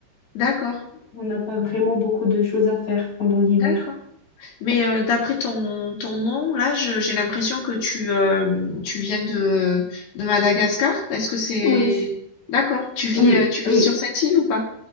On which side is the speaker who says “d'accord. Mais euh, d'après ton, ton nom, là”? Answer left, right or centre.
Left